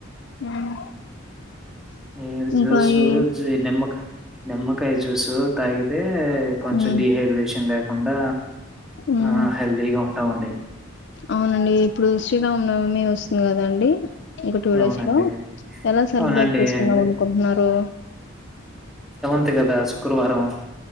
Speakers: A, on the left; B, in the centre.
A: మ్మ్
B: ఏ
A: ఇంకా
B: జ్యూసూ
A: ఈ
B: నిమ్మకా నిమ్మకాయ జ్యూసు తాగితే కొంచెం
A: మ్మ్
B: డిహైడ్రేషన్ లేకుండా
A: మ్మ్
B: ఆ హెల్దీగా ఉంటామ్ అండి
A: అవునండి ఇప్పుడు శ్రీరామనవమి వస్తుంది కదండి ఇంక టూ
B: అవునండి.
A: డేస్ లో ఎలా సెలబ్రేట్
B: అవునండి.
A: చేసుకుందాం
B: అదే
A: అనుకుంటున్నారు
B: త్ కదా శుక్రవారం